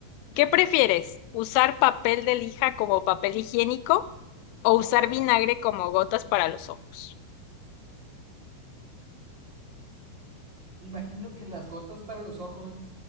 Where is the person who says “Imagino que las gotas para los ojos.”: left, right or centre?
Right